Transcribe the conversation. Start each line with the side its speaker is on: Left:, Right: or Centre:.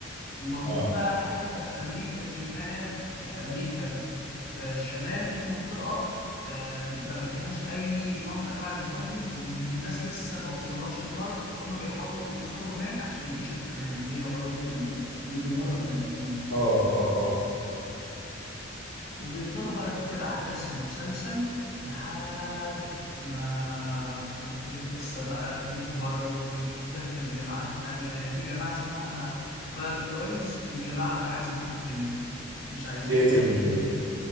Left: وموجود
Right: اه
Left: بقى في حتة في أمريكا ما في في أمريكا في الشمال في منطقة آه، ما فيهاش أي نوع من أنواع الزومبيز وم- والناس لسه ما وصلهاش المرض فهم بيحاولوا يوصلوا هناك عشان يعيشوا في أمان هي والراجل ال- اللي بيهرب بني آدمين
Right: اه اه اه
Left: وبيفضلوا بقى كده أحداث المسلسل لحد ما بتبتدي القصة بقى تكبر وتتدخل جماعات تانية يعني في جماعة اسمها فاير فلايز دي جماعة عايزة تقتل البنت مش عايزين
Right: يقتل
Left: يبقى
Right: البنت
Left: في